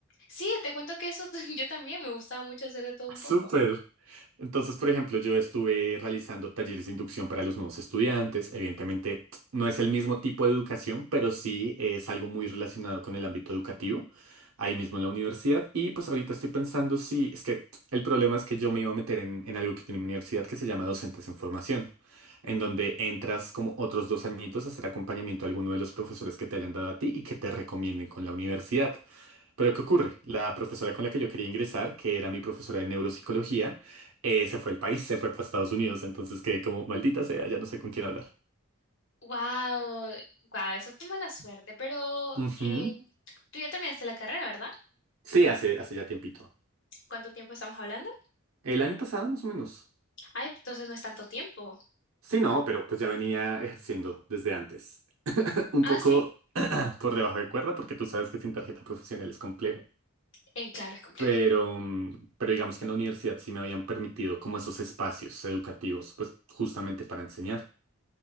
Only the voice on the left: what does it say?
sí, te cuento que eso <laughs> yo también me gustaba mucho hacer de todo un
poco.
Wow, wow, eso fue mala suerte, pero
eh, tú ya terminaste la carrera, ¿verdad?
¿Cuánto tiempo estamos hablando?
Ay, entonces no es tanto tiempo.
Ah,
sí,
eh, claro, es complejo.